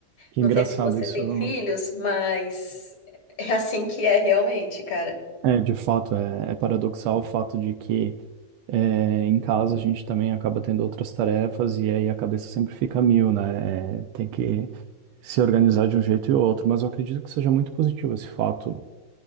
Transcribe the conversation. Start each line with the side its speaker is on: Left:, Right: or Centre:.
Right: Que
Left: Não
Right: engraçado
Left: sei se você
Right: isso.
Left: tem filhos, mas é assim que é realmente, cara.
Right: É, de fato, é, é paradoxal o fato de que É, em casa a gente também acaba tendo outras tarefas e aí a cabeça sempre fica a mil, né? É, tem que se organizar de um jeito e outro, mas eu acredito que seja muito positivo esse fato